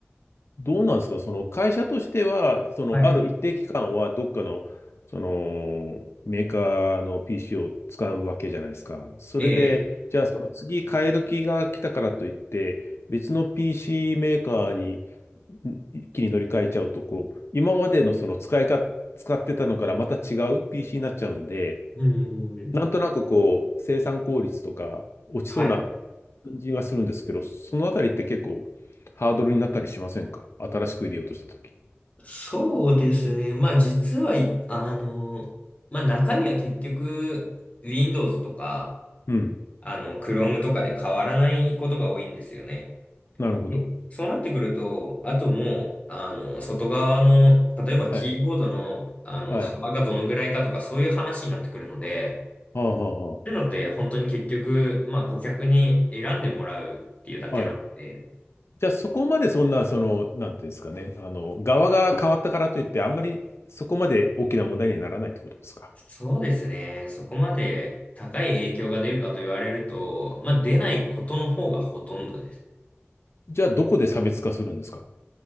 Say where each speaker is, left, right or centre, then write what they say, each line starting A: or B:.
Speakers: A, on the left; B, on the left.
A: どうなんですか、その会社としては、そのある一定期間はどっかの、
B: はい。
A: そのメーカーの PC を使うわけじゃないですか。それで、
B: ええ、
A: じゃあその次替え時が来たからといって、別の PC メーカーにん一気に乗り換えちゃうと、こう、今までのその使いか、使ってたのからまた違う PC になっちゃうんで、
B: うーん。
A: なんとなくこう、生産効率とか落ちそうな
B: はい。
A: 感じはするんですけど、そのあたりって結構ハードルになったりしませんか新しく入れようとしたとき。
B: そうですね。まあ実は、いあの、まあ中身は結局 Windows とか、
A: うん。
B: あの、Chrome とかで変わらないことが多いんですよね。
A: なるほど。
B: ねそうなってくると、あともう、あの、外側の、例えばキーボードの、
A: はい。
B: あの、
A: はい。
B: 幅がどのぐらいかとか、そういう話になってくるので、
A: はあ、
B: っていうのって、
A: は
B: 本当に結局、まあ、顧客に選んでもらうっていうだけなので、
A: あ、はあ。はい。じゃあそこまでそんな、その、なんていうんですかね、あの、側が変わったからといって、あんまりそこまで大きな問題にはならないってことですか
B: そうですね。そこまで高い影響が出るかと言われると、まあ出ないことの方がほとんどです。っ
A: じゃあどこで差別化するんですか